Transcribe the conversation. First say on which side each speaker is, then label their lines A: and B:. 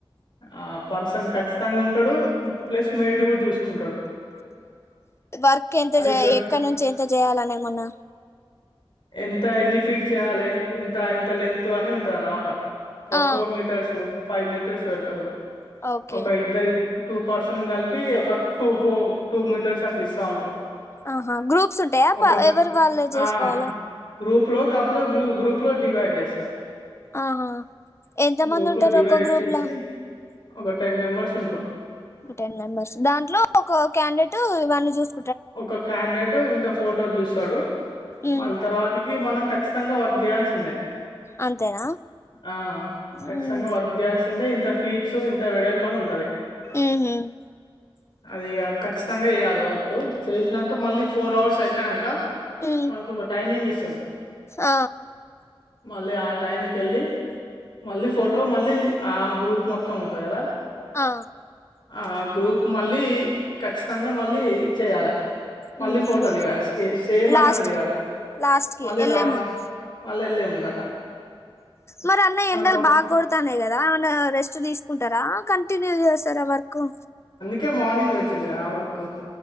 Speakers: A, on the left (about 55°); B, on the left (about 30°).
A: ఆ పర్సన్ ఖచ్చితంగ ఉంటడు ప్లస్ మెయిడ్ కూడ చూసుకుంటడు
B: వర్క్ ఎంత
A: అయిపోయి
B: చే ఎక్కడ నుంచి ఎంత చేయ్యాల ఎమన్న
A: ఎంత ఎన్ని ఫీట్ చేయాలే ఇంత ఎంత లెంత్ అని ఉంటది అన్నమాట ఒక
B: ఆ,
A: ఫోర్ మీటర్స్ ఫైవ్ మీటర్స్ పెడ్తారు
B: ఓకే
A: ఒక ఇద్దరీ టూ పర్సన్ కలిపి ఒక టూ ఫోర్ టూ మీటర్స్ అట్ల ఇస్తా ఉంటారు
B: ఆహా గ్రూప్స్ ఉంటాయా
A: ఒక
B: ఎవరు వాళ్ళు చేసుకోవాల
A: ఆ గ్రూప్ లో కాకపోతే గ్రూ గ్రూప్ లో డివైడ్ చేస్తారు
B: ఆహా ఎంత
A: గ్రూప్
B: మంది ఉంటారు
A: లో డివైడ్
B: ఒక్క గ్రూప్
A: చేసి
B: ల
A: ఒక టెన్ మెంబర్స్ ఉంటరు
B: టెన్ మెంబర్స్ దాంట్లో ఒక క్యాండేట్ వాన్ని చూస్
A: ఒక క్యాండేట్ ఇంత ఫోటో చూస్తాడు
B: ఉమ్,
A: మళ్ళీ తర్వాతకి మనం ఖచ్చితంగా వర్క్ చేయాల్సిందే
B: అంతేనా
A: ఆ ఖచ్చింగా
B: ఉమ్,
A: వర్క్ చేయాల్సిందే ఇంత ఫీట్స్ ఇంత వెడల్పు అని ఉంటది
B: ఉమ్హు,
A: అదిగ ఖచ్చితంగా చేయాలి వాళ్ళు <unintelligible> చేసినంక మళ్ళీ ఫోర్ అవర్స్ అయిపోయినంక
B: ఉమ్,
A: మనకు ఒక టైమింగ్ ఇస్ తరు
B: ఆ
A: మళ్ళీ ఆ టైంకెళ్ళి మళ్ళీ ఫోటో మళ్ళీ ఆ గ్రూప్ మొత్తం ఉంటది కదా
B: ఆ
A: ఆ గ్రూప్ మళ్ళీ ఖచ్చితంగా మళ్ళీ చేయాల మళ్ళీ
B: ఉహు
A: ఫోటో దిగాల సేమ్
B: లాస్ట్
A: అట్లానే దిగాలి
B: కి లాస్ట్ కి
A: మళ్ళీ
B: వెళ్ళే
A: లాస్ట్
B: ముందు
A: కి మళ్ళీ వెళ్ళేముంద
B: మరి అన్న ఎండలు
A: పర్సన్
B: బాగా కొడతాన్నాయి ఏమన్న రెస్ట్ తీసుకుంటారా క టిన్యూ చేస్తారా వర్ క్కు
A: కే మోర్నింగ్ పెట్టిలుగా వర్కు